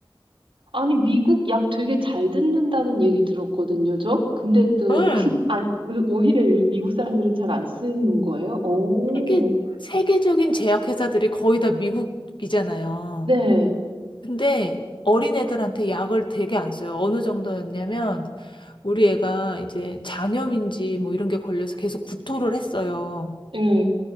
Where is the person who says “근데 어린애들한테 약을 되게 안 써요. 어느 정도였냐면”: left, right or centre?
Left